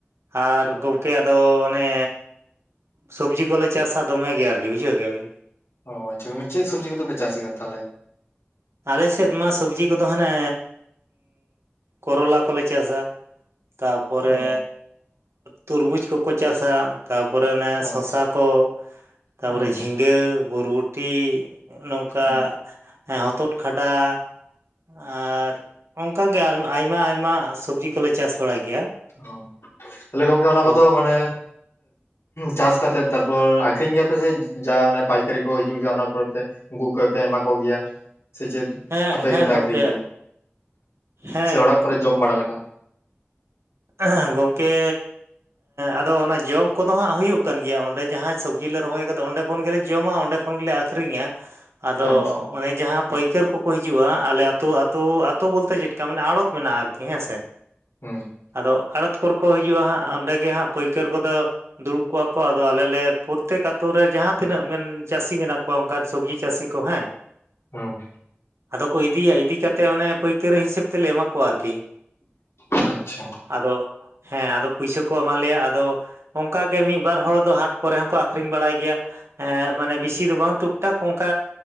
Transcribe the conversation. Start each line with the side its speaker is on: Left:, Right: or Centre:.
Right: ᱟᱨ
Left: ᱚ
Right: ᱜᱚᱢᱠᱮ ᱟᱫᱚ ᱚᱱᱮ ᱥᱚᱵᱽᱡᱤ ᱠᱚᱞᱮ ᱪᱟᱥᱼᱟ ᱫᱚᱢᱮ ᱜᱮ ᱟᱨᱠᱤ ᱵᱩᱡᱷᱟᱹᱣ ᱠᱮᱜ-ᱟᱵᱤᱱ᱾
Left: ᱚ ᱟᱪᱪᱷᱟ ᱪᱮᱫ ᱥᱚᱵᱽᱡᱤ ᱠᱚᱫᱚᱯᱮ ᱪᱟᱥ ᱜᱮᱭᱟ ᱛᱟᱦᱞᱮ?
Right: ᱟᱞᱮ ᱥᱮᱫ ᱢᱟ ᱥᱚᱵᱽᱡᱤ ᱠᱚᱫᱚ ᱦᱟᱱᱮ ᱠᱚᱨᱚᱞᱟ ᱠᱚᱞᱮ ᱪᱟᱥᱼᱟ᱾ ᱛᱟᱯᱚᱨᱮ
Left: ᱚ
Right: ᱛᱚᱨᱢᱩᱡᱽ ᱠᱚᱠᱚ ᱪᱟᱥᱟ᱾ ᱛᱟᱯᱚᱨᱮ ᱚᱱᱮ
Left: ᱚ
Right: ᱥᱚᱥᱟ
Left: ᱟᱪᱪᱷᱟ
Right: ᱠᱚ, ᱛᱟᱯᱚᱨᱮ
Left: ᱟᱪᱪᱷᱟ
Right: ᱡᱷᱤᱸᱜᱟᱹ ᱵᱚᱨᱵᱚᱴᱤ᱾ ᱱᱚᱝᱠᱟ
Left: ᱚ
Right: ᱦᱚᱛᱚᱫ ᱠᱷᱟᱰᱟ ᱟᱨ ᱚᱱᱠᱟ ᱜᱮ ᱟᱨ ᱟᱭᱢᱟ ᱟᱭᱢᱟ ᱥᱚᱵᱽᱡᱤ ᱠᱚᱞᱮ ᱪᱟᱥ ᱵᱟᱲᱟᱭ ᱜᱮᱭᱟ
Left: ᱚ ᱛᱟᱦᱞᱮ ᱜᱚᱝᱠᱮ ᱚᱱᱟ
Right: ᱦᱳᱭ
Left: ᱠᱚᱫᱚ ᱢᱟᱱᱮ ᱪᱟᱥ ᱠᱟᱛᱮᱜ ᱛᱟᱨᱯᱚᱨ ᱟᱠᱷᱨᱤᱧ ᱜᱮᱭᱟ ᱯᱮ ᱥᱮ ᱡᱟ ᱚᱱᱮ ᱯᱟᱭᱠᱟᱨᱤ ᱠᱚ ᱦᱤᱡᱩᱜ ᱜᱮᱭᱟ ᱚᱱᱟ ᱠᱚᱨᱮ ᱯᱮ ᱩᱱᱠᱩ ᱠᱷᱚᱭ ᱯᱮ ᱮᱢᱟ ᱠᱚᱜᱮᱭᱟ, ᱥᱮ ᱪᱮᱫ?
Right: ᱦᱮᱸ
Left: ᱟᱯᱮ
Right: ᱦᱮᱸ
Left: ᱜᱮᱯᱮ
Right: ᱜᱚᱢᱠᱮ
Left: ᱟᱠᱷᱨᱤᱧ ᱜᱮᱭᱟ,
Right: ᱦᱮᱸ
Left: ᱥᱮ ᱚᱲᱟᱜ ᱠᱚᱨᱮ ᱡᱚᱢ ᱵᱟᱲᱟ ᱞᱮᱠᱟ?
Right: ᱤᱦᱮᱸ ᱜᱚᱝᱠᱮ ᱟᱫᱚ ᱚᱱᱟ ᱡᱚᱢ ᱠᱚᱫᱚ ᱦᱟᱸᱜ ᱦᱩᱭᱩᱜ ᱠᱟᱱ ᱜᱮᱭᱟ, ᱚᱸᱰᱮ ᱡᱟᱦᱟᱸ ᱥᱚᱵᱽᱡᱤ ᱞᱮ ᱨᱚᱦᱚᱭ ᱠᱟᱫᱟ ᱚᱸᱰᱮ ᱠᱷᱚᱱ ᱜᱮᱞᱮ ᱡᱚᱢᱟ, ᱚᱸᱰᱮ ᱠᱷᱚᱱ ᱜᱮᱞᱮ ᱟᱹᱠᱷᱨᱤᱧᱼᱟ ᱾ ᱟᱫᱚ
Left: ᱟᱪᱪᱷᱟ
Right: ᱚᱱᱮ ᱡᱟᱦᱟᱸ ᱯᱟᱹᱭᱠᱟᱹᱨ ᱠᱚᱠᱚ ᱦᱤᱡᱩᱜᱼᱟ ᱟᱞᱮ ᱟᱛᱳ ᱟᱛᱳ, ᱟᱛᱳ ᱵᱚᱞᱛᱮ ᱪᱮᱫᱠᱟ ᱢᱟᱱᱮ ᱟᱲᱚᱛ ᱢᱮᱱᱟᱜᱼᱟ ᱟᱨᱠᱤ ᱦᱮᱸ ᱥᱮ ᱾
Left: ᱦᱩᱸ
Right: ᱟᱫᱚ ᱟᱲᱚᱛ ᱠᱚᱨᱮ ᱠᱚ ᱦᱤᱡᱩᱜᱼᱟ ᱦᱟᱸᱜ ᱚᱸᱰᱮᱜᱮ ᱦᱟᱸᱜ ᱯᱟᱹᱭᱠᱟᱹᱨ ᱠᱚᱫᱚ ᱫᱩᱲᱩᱵ ᱠᱚᱜᱼᱟ ᱠᱚ ᱟᱫᱚ ᱟᱞᱮ ᱞᱮ ᱯᱳᱛᱛᱮᱠ ᱟᱛᱳ ᱨᱮ ᱡᱟᱦᱟᱸ ᱛᱤᱱᱟᱹᱜ ᱢᱮᱱ ᱪᱟᱹᱥᱤ ᱢᱮᱱᱟᱜ ᱠᱚᱣᱟ ᱚᱱᱠᱟᱱ ᱥᱚᱵᱽᱡᱤ ᱪᱟᱹᱥᱤ ᱠᱚ ᱦᱮᱸ
Left: ᱦᱩᱸ
Right: ᱟᱫᱚ ᱠᱚ ᱤᱫᱤᱭᱟ ᱤᱫᱤ ᱠᱟᱛᱮ ᱚᱱᱮ ᱯᱟᱹᱭᱠᱟᱹᱨ ᱦᱤᱥᱟᱹᱵ ᱛᱮᱞᱮ ᱮᱢᱟ ᱠᱚᱣᱟ ᱟᱨᱠᱤ ᱾
Left: ᱟᱪᱪᱷᱟ ᱾
Right: ᱟᱫᱚ ᱦᱮᱸ ᱟᱫᱚ ᱯᱩᱭᱥᱟᱹ ᱠᱚ ᱮᱢᱟ ᱞᱮᱭᱟ ᱟᱫᱚ ᱚᱱᱠᱟ ᱜᱮ ᱢᱤᱫ ᱵᱟᱨ ᱦᱚᱲ ᱫᱚ ᱦᱟᱴ ᱠᱚᱨᱮ ᱦᱚᱸᱠᱚ ᱟᱠᱷᱨᱤᱧ ᱵᱟᱲᱟᱭ ᱜᱮᱭᱟ ᱾ ᱮᱸ ᱢᱟᱱᱮ ᱵᱤᱥᱤ ᱫᱚ ᱵᱟᱝ ᱴᱩᱠ ᱴᱟᱠ ᱚᱱᱠᱟ